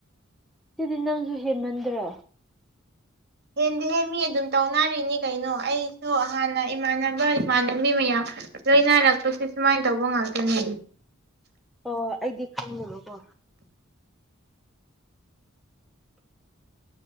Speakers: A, in the centre; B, on the right (about 55°).
A: ꯁꯤꯗꯤ ꯅꯪꯁꯨ ꯍꯦꯟꯃꯟꯗ꯭ꯔꯣ
B: ꯍꯦꯟꯗꯦꯍꯦ ꯃꯤ ꯑꯗꯨꯝ ꯇꯧꯅꯔꯤꯅꯤ ꯀꯩꯅꯣ ꯑꯩꯁꯨ ꯍꯥꯟꯅ ꯏꯃꯥꯟꯅꯕ ꯏꯃꯥꯟꯅꯕꯤ ꯃꯌꯥꯝ ꯂꯣꯏ ꯅꯥꯏꯔꯛꯄꯁꯦ ꯁꯨꯃꯥꯏꯅ ꯇꯧꯕ ꯉꯥꯛꯇꯅꯦ
A: ꯑꯣ ꯑꯩꯗꯤ ꯈꯪꯗꯕꯀꯣ